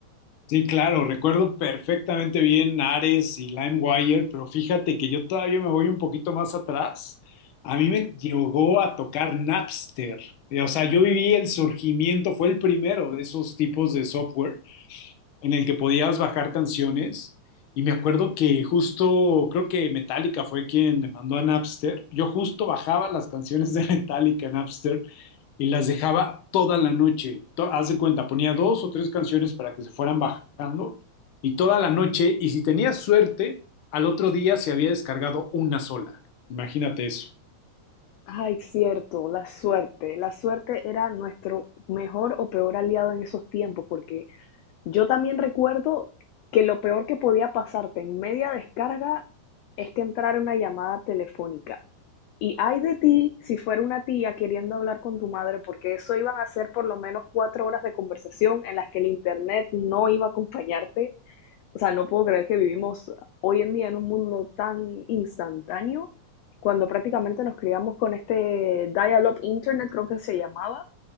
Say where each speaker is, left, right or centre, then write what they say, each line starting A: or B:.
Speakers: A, on the left; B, on the left.
A: Sí, claro, recuerdo perfectamente bien Ares y LimeWire, pero fíjate que yo todavía me voy un poquito más atrás. A mí me llegó a tocar Napster. Eh, O sea, yo viví el surgimiento, fue el primero de esos tipos de software en el que podías bajar canciones. Y me acuerdo que justo, creo que Metallica fue quien me mandó a Napster. Yo justo bajaba las canciones de Metallica en Napster y las dejaba toda la noche. To- haz de cuenta, ponía dos o tres canciones para que se fueran bajando y toda la noche. Y si tenía suerte, al otro día se había descargado una sola. Imagínate eso.
B: Ay, cierto, la suerte. La suerte era nuestro mejor o peor aliado en esos tiempos, porque Yo también recuerdo que lo peor que podía pasarte en media descarga es que entrara una llamada telefónica. Y ay de ti si fuera una tía queriendo hablar con tu madre, porque eso iban a ser por lo menos cuatro horas de conversación en las que el internet no iba a acompañarte. O sea, no puedo creer que vivimos hoy en día en un mundo tan instantáneo, cuando prácticamente nos criamos con este dial-up internet, creo que se llamaba,